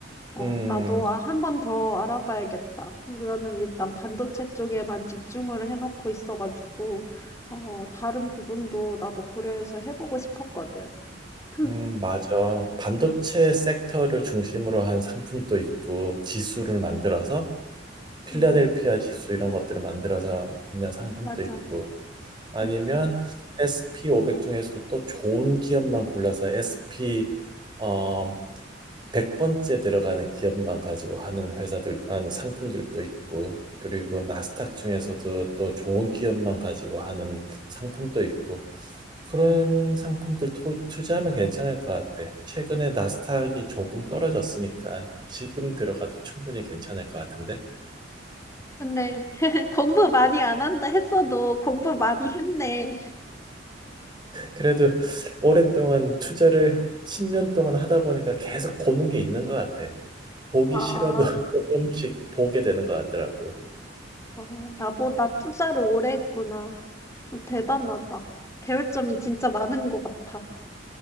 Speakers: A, on the left; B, on the right.
A: 어,
B: 음,
A: 나도 아, 한 번 더 알아봐야겠다. 나는 일단 반도체 쪽에만 집중을 해놓고 있어가지고, 어, 다른 부분도 나도 고려해서 해보고 싶었거든. <clears throat>
B: 음, 맞아. 반도체 섹터를 중심으로 한 상품도 있고, 지수를 만들어서, 필라델피아
A: 음.
B: 지수 이런 것들을 만들어서 있는 상품도
A: 맞아.
B: 있고, 아니면
A: 음.
B: SP500 중에서도 또 좋은 기업만 골라서 SP 어, 100번째 들어가는 기업만 가지고 하는 회사들, 하는 상품들도 있고, 그리고 나스닥 중에서도 또 좋은 기업만 가지고 하는 상품도 있고, 그런 상품들 토- 투자하면 괜찮을 것 같아. 최근에 나스닥이 조금 떨어졌으니까
A: 음.
B: 지금 들어가도 충분히 괜찮을 것 같은데.
A: 근데 <laughs> 공부 많이 안 한다 했어도 공부 많이 했네.
B: 그래도 오랫동안 투자를 10년 동안 하다 보니까 계속 보는 게 있는 것 같아. 보기
A: 아,
B: 싫어도 <laughs> 조금씩 보게 되는 것 같더라고.
A: 어, 나보다 투자를 오래 했구나. 음, 대단하다. 배울 점이 진짜 많은 것 같아.